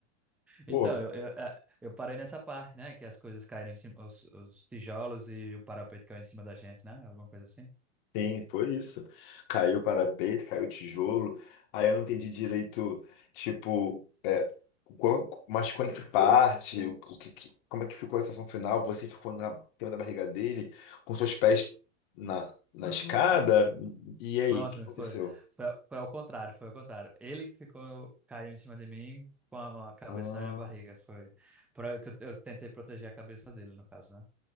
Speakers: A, on the left; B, in the centre.
A: Pô,
B: Então, eu, eu, eh, eu parei nessa parte, né, que as coisas caíram em cima, os, os tijolos e o parapeito caiu em cima da gente, né? Alguma coisa assim.
A: Sim, foi isso. Caiu o parapeito, caiu o tijolo. Aí eu não entendi direito, tipo, é, qual- mas qual é que parte, o, o que, que- como é que ficou a sensação final? Você ficou na cima da barriga dele, com seus pés na, na escada?
B: Ah,
A: E aí,
B: Pronto,
A: o que
B: né?
A: aconteceu?
B: foi, foi, foi ao contrário, foi ao contrário. Ele que ficou, caiu em cima de mim com a, a cabeça
A: Ah,
B: na minha barriga, foi. Por aí que eu, eu tentei proteger a cabeça dele, no caso, né?